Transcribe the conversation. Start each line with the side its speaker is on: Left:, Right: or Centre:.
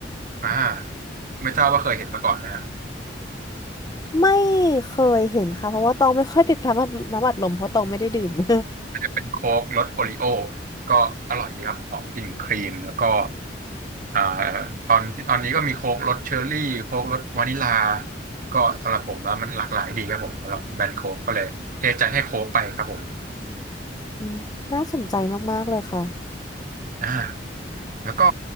Right: อ่าไม่ทราบว่าเคยเห็นมาก่อนนะฮะ
Left: ไม่เคยเห็นค่ะเพราะว่าตองไม่ค่อยติดตามน้ำอัดลมเพราะตองไม่ได้ดื่ม <laughs>
Right: เป็นโค้กรสโอริโอก็อร่อยดีครับหอมกลิ่นครีมแล้วก็อ่าตอนที่ตอนนี้ก็มีโค้กรสเชอร์รี่โค้กรสวานิลาก็สำหรับผมแล้วมันหลากหลายดีครับผมสำหรับแบรนด์โค้กก็เลยเทใจให้โค้กไปครับผม
Left: อืมน่าสนใจมากๆเลยค่ะ
Right: อ่าแล้วก็